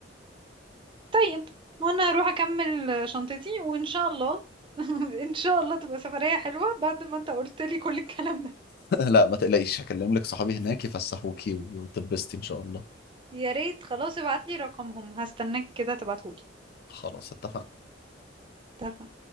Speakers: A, on the right (about 25°); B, on the left (about 55°).
A: طيب وانا اروح اكمل شنطتي وان شاء الله <laughs> ان شاء الله تبقى سفرية حلوة بعد ما انت قلت لي كل الكلام ده
B: <laughs> لا ما تقلقيش هكلم لك صحابي هناك يفسحوكي وتبسطي إن شاء الله
A: يا ريت خلاص ابعت لي رقمهم هستناك كده تبعتهولي
B: خلاص اتفقنا
A: اتفقنا